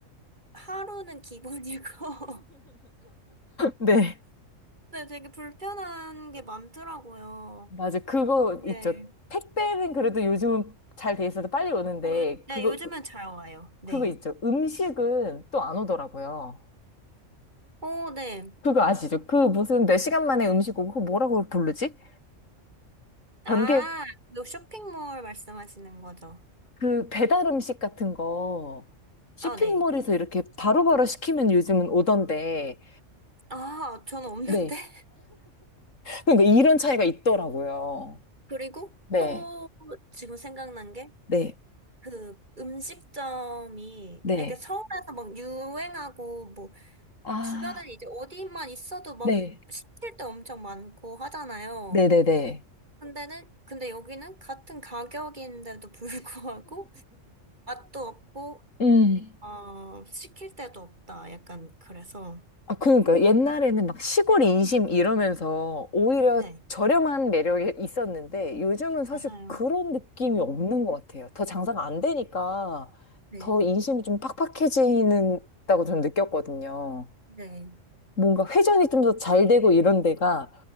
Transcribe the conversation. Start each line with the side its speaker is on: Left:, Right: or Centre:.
Right: 하루는 기본이고, <laughs>
Left: 네.
Right: 네, 되게 불편한 게 많더라고요.
Left: 맞아. 그거
Right: 네.
Left: 있죠. 택배는 그래도 요즘은 잘 돼 있어서 빨리 오는데
Right: 어, 요, 네,
Left: 그거,
Right: 요즘은 잘 와요. 네.
Left: 그거 있죠. 음식은 또 안 오더라고요.
Right: 어, 네.
Left: 그거 아시죠? 그 무슨 몇 시간 만에 음식 오고 그거 뭐라고 부르지?
Right: 아,
Left: 번개,
Right: 그 쇼핑몰 말씀하시는 거죠.
Left: 그 배달 음식 같은 거 쇼핑몰에서
Right: 아, 네.
Left: 이렇게 바로바로 시키면 요즘은 오던데,
Right: 아, 저는 없는데?
Left: 네.
Right: <laughs>
Left: 그러니까 이런 차이가 있더라고요.
Right: 그리고
Left: 네,
Right: 또 지금 생각난 게,
Left: 네,
Right: 그 음식점이
Left: 네.
Right: 이렇게 서울에서 막 유행하고 뭐
Left: 아,
Right: 주변에 이제 어디만 있어도 막
Left: 네,
Right: 시킬 때 엄청 많고 하잖아요.
Left: 네네네.
Right: 근데는 근데 여기는 같은 가격인데도 <laughs> 불구하고 맛도 없고
Left: 음.
Right: 어, 시킬 때도 없다. 약간 그래서
Left: 아, 그러니까 옛날에는 막 시골 인심 이러면서 오히려
Right: 네.
Left: 저렴한 매력이 있었는데 요즘은 사실
Right: 맞아요.
Left: 그런 느낌이 없는 것 같아요. 더 장사가 안 되니까
Right: 네.
Left: 더 인심이 좀 팍팍해지는다고 저는 느꼈거든요.
Right: 네.
Left: 뭔가 회전이 좀 더 잘 되고 이런 데가